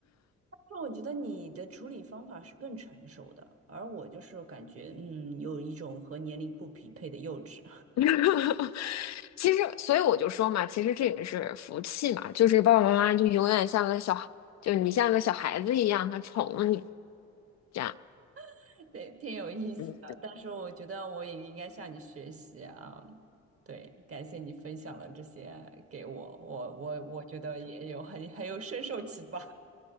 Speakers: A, on the right (about 50°); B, on the left (about 60°).
A: <laughs> 就我觉得你的处理方法是更成熟的，而我就是感觉嗯有一种和年龄不匹配的幼稚，
B: <laughs> 其实，所以我就说嘛，其实这也是福气嘛，就是爸爸妈妈就永远像个小，就你像个小孩子一样，他宠了你，这样。
A: <laughs> 对，挺有意思的。
B: 嗯
A: 但是我觉得我也应该向你学习啊，对，感谢你分享了这些给我，我我我觉得也有很很有深受启发。<laughs>